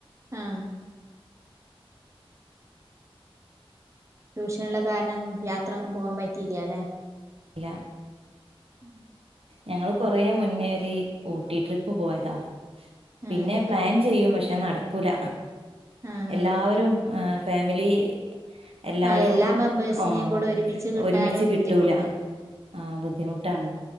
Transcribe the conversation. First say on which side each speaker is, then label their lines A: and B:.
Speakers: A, on the right; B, on the right.
A: ആ. ട്യൂഷനുള്ള കാരണം യാത്രൊന്നും പോവാൻ പറ്റിയിലാലേ.
B: ഇല്ല.
A: ഉം.
B: ഞങ്ങള് കൊറെ മുന്നേ ഒരു ഊട്ടി ട്രിപ്പ് പോയതാ പിന്നെ
A: ആഹ്
B: പ്ലാൻ ചെയ്യും പക്ഷെ. നടക്കൂല
A: ആഹ്
B: എല്ലാവരും ഫാമിലി. എല്ലവരും
A: ആഹ് എല്ലാ മെമ്പേഴ്സിനെയും
B: ആ
A: കൂടെ ഒരുമിച്ച് കിട്ടാനും
B: ഒരുമിച്ച് കിട്ടൂല.
A: ബുദ്ധിമുട്ട്
B: ആഹ ബുദ്ധിമുട്ടാണ്.